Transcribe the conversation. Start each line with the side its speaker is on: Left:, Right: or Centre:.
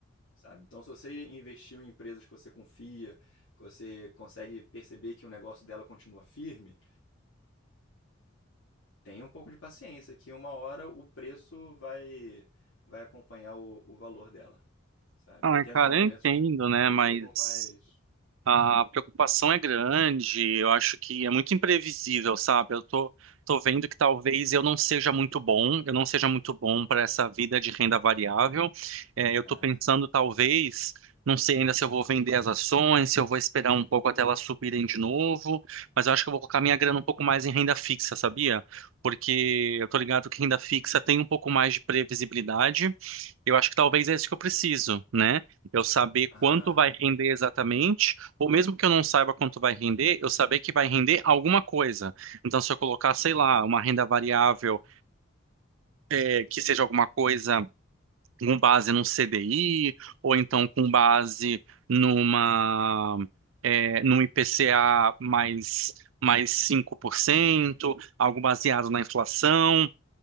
Left: sabe? Então, se você investiu em empresas que você confia, que você consegue perceber que o negócio dela continua firme, Tenha um pouco de paciência, que uma hora o preço vai, vai acompanhar o, o valor dela, sabe?
Right: Não,
Left: Eu entendo
Right: é, cara,
Left: que é um momento
Right: eu entendo,
Left: difícil
Right: né,
Left: mesmo,
Right: mas
Left: mas.
Right: A preocupação é grande, eu acho que é muito imprevisível, sabe? Eu tô, tô vendo que talvez eu não seja muito bom, eu não seja muito bom para essa vida de renda variável. É, eu
Left: Ah,
Right: tô pensando, talvez, não sei ainda se eu vou vender as ações, se eu vou esperar um pouco até elas subirem de novo, mas eu acho que eu vou colocar minha grana um pouco mais em renda fixa, sabia? Porque eu tô ligado que renda fixa tem um pouco mais de previsibilidade. Eu acho que talvez é isso que eu preciso, né? Eu saber
Left: ah,
Right: quanto vai render exatamente ou mesmo que eu não saiba quanto vai render, eu saber que vai render alguma coisa. Então, se eu colocar, sei
Left: uhum.
Right: lá, uma renda variável, eh, que seja alguma coisa com base num CDI, ou então com base numa, eh, num IPCA mais, mais 5%, algo baseado na inflação